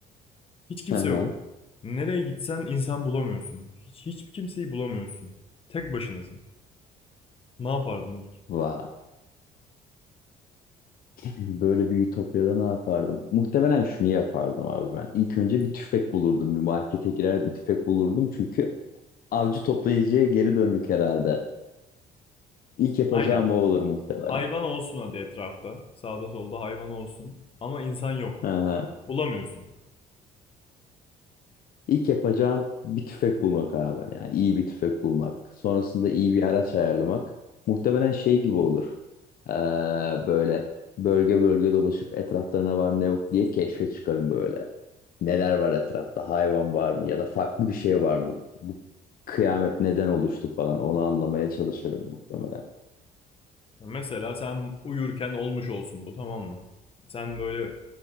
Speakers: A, on the left (about 35°); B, on the left (about 60°).
A: Hiç kimse
B: Hı hı.
A: yok. Nereye gitsen insan bulamıyorsun. Hiç hiç kimseyi bulamıyorsun. Tek başınasın. Ne yapardın ilk?
B: Vay. Böyle bir ütopyada ne yapardım? Muhtemelen şunu yapardım abi ben. İlk önce bir tüfek bulurdum. Bir markete girer bir tüfek bulurdum. Çünkü avcı toplayıcıya geri döndük herhalde. İlk yapacağım
A: Aynen.
B: o olur muhtemelen.
A: Hayvan olsun hadi etrafta. Sağda solda hayvan olsun. Ama insan yok.
B: Hı hı.
A: Bulamıyorsun.
B: İlk yapacağım bir tüfek bulmak abi. Yani iyi bir tüfek bulmak. Sonrasında iyi bir araç ayarlamak. Muhtemelen şey gibi olur. Ee, böyle bölge bölge dolaşıp etrafta ne var ne yok diye keşfe çıkarım böyle. Neler var etrafta? Hayvan var mı? Ya da farklı bir şey var mı? Bu kıyamet neden oluştu falan. Onu anlamaya çalışırım muhtemelen.
A: Mesela sen uyurken olmuş olsun bu tamam mı? Sen böyle